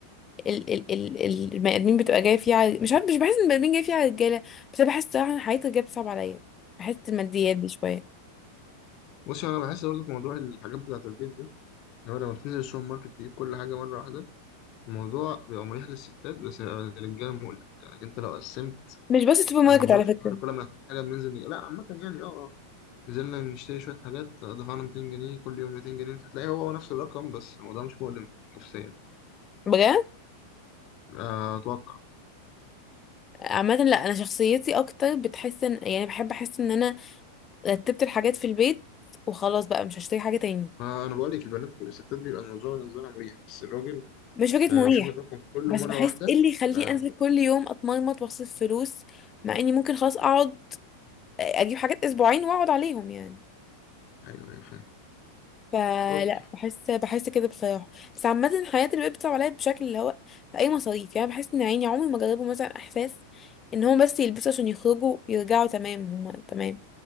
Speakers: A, on the left (about 25°); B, on the left (about 40°).
A: ال ال ال ال- البني آدمين بتبقى جاية فيه على مش عارف مش بحس إن البني آدمين جاية فيه على الرجالة بس أنا بحس صراحة إن حياة الرجالة بتصعب عليا بحس الماديات دي شوية
B: بص أنا بحس برضه في موضوع الحاجات بتاعة البيت ده إن هو لما بتنزل السوبر ماركت تجيب كل حاجة مرة واحدة الموضوع بيبقى مريح للستات بس بيبقى للرجالة مؤلم يعني أنت لو قسمت
A: مش بس السوبر ماركت
B: على مدار
A: على
B: الشهر
A: فكرة
B: كل ما نحتاج حاجة بننزل نجيب لا عامة يعني أه آه. نزلنا نشتري شوية حاجات دفعنا 200 جنيه كل يوم 200 جنيه انت هتلاقي هو نفس الرقم بس الموضوع مش مؤلم نفسيا
A: بجد
B: آه، أتوقع
A: عامة لا أنا شخصيتي أكتر بتحس إن يعني بحب أحس إن أنا رتبت الحاجات في البيت وخلاص بقى مش هشتري حاجة تاني
B: آه، أنا بقول لك البنات والستات بيبقى الموضوع بالنسبة لها مريح بس الراجل
A: مش فكرة
B: آه،
A: مريح
B: بيشوف الرقم كله
A: بس
B: مرة
A: بحس
B: واحدة
A: ايه اللي يخليني
B: بيبقى
A: انزل
B: مؤلم
A: كل يوم اتمرمط واصرف فلوس مع اني ممكن خلاص اقعد آه، اجيب حاجات اسبوعين واقعد عليهم يعني
B: أيوه أيوه فاهم
A: فلا
B: أوكي
A: بحس بحس كده بصراحة بس عامة الحياة اللي بقت بتصعب عليا بشكل اللي هو في اي مصاريف يعني بحس ان عيني عمري ما جربوا مثلا احساس ان هم بس يلبسوا عشان يخرجوا يرجعوا تمام هم تمام